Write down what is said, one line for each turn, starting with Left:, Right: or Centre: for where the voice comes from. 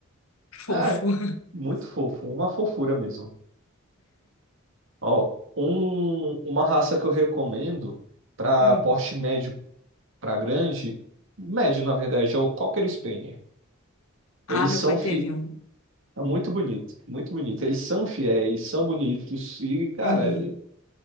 Left: Fofo.
Right: É, muito fofo, uma fofura mesmo. Ó, um- uma raça que eu recomendo para
Left: Hum.
Right: porte médio para grande, médio na verdade, é o Cocker Spaniel. Eles
Left: Ah, meu
Right: são
Left: pai
Right: fi...
Left: teve um.
Right: é muito bonito, muito bonito. Eles são fiéis, são bonitos e, cara,
Left: Uhum.